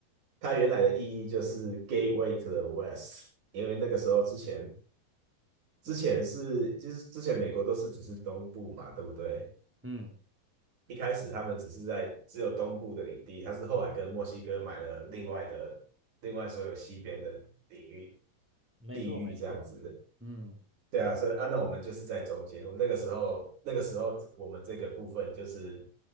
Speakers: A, on the right (about 55°); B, in the centre.
A: 它它原来的意义就是 Gateway to the West，因为那个时候之前之前是就是之前美国都是只是东部嘛，对不对？
B: 嗯，
A: 一开始他们只是在只有东部的领地，它是后来跟墨西哥买了另外的另外所有西边的。领域。
B: 没错，
A: 地狱这样子。
B: 没错，嗯，
A: 对啊，所以啊，那我们就是在中间。那个时候，那个时候我们这个部分就是